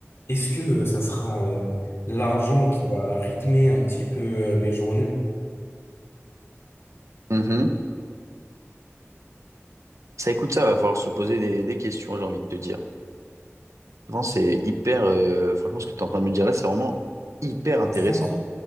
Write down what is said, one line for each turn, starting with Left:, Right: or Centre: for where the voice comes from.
Left: est-ce que euh, ça sera euh, l'argent qui va rythmer un petit peu euh, mes journées
Right: Mhm. Ça, écoute, ça va falloir se poser des, des questions, j'ai envie de te dire. Vraiment, c'est hyper, euh, franchement, ce que tu es en train de me dire là, c'est vraiment hyper intéressant.
Left: en France?